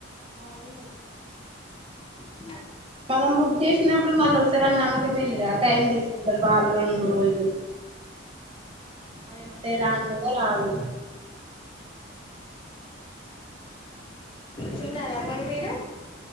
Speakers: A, on the right (about 30°); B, on the left (about 25°).
A: ఆ అవును
B: అ
A: మనం బుక్ చేసినప్పుడు మళ్ళ వస్తార నమ్మకంలే రా టైం తీసుకుంటారు వాళ్ళు రెండు రోజులు అదేమంటే రా అరాడు
B: తిన్నారా మరి మీరు